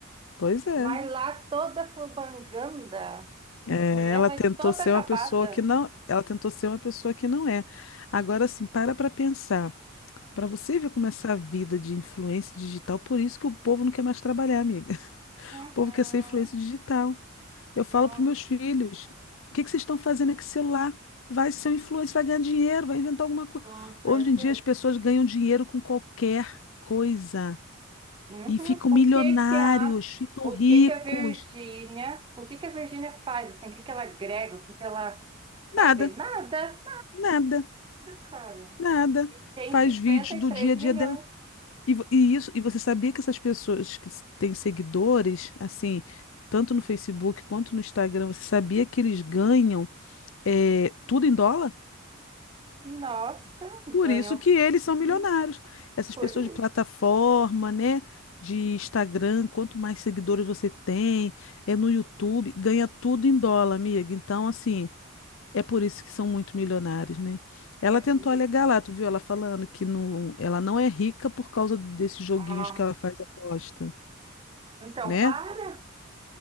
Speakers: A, on the left (about 65°); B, on the right (about 25°).
A: pois é.
B: Vai lá toda fubanganda.
A: É,
B: Mulher
A: ela
B: vai
A: tentou
B: toda
A: ser
B: acabada.
A: uma pessoa que não, ela tentou ser uma pessoa que não é. Agora sim, para para pensar. Para você ver como essa vida de influência digital, por isso que o povo não quer mais trabalhar, amiga.
B: Uhum.
A: O povo quer ser influência digital. Eu falo
B: Não,
A: para meus filhos: o que que vocês estão fazendo aqui com celular? Vai ser um influencer, vai ganhar dinheiro, vai inventar alguma coisa.
B: com certeza.
A: Hoje em dia as pessoas ganham dinheiro com qualquer coisa
B: Uhum.
A: e ficam
B: O
A: milionários,
B: que que a
A: ficam
B: o
A: ricos.
B: que que a Virgínia, o que que a Virgínia faz assim? O que que ela agrega? O que que ela,
A: Nada,
B: sabe? Nada.
A: nada,
B: Cara,
A: nada.
B: e tem
A: Faz
B: cinquenta
A: vídeos
B: e
A: do
B: três
A: dia a dia
B: milhões.
A: dela. E, vo- e isso, e você sabia que essas pessoas que s- têm seguidores, assim, tanto no Facebook quanto no Instagram, você sabia que eles ganham eh, tudo em dólar?
B: Nossa,
A: Por
B: ganhou.
A: isso que eles são milionários.
B: Hum,
A: Essas
B: por
A: pessoas
B: isso.
A: de plataforma, né? De Instagram, quanto mais seguidores você tem, é no YouTube, ganha tudo em dólar, amiga. Então, assim, é por isso que são muito milionários, né? Ela
B: É
A: tentou
B: por
A: alegar
B: isso.
A: lá, tu viu ela falando que não, ela não é rica por causa desses joguinhos
B: Ah,
A: que ela faz aposta,
B: então,
A: né?
B: para.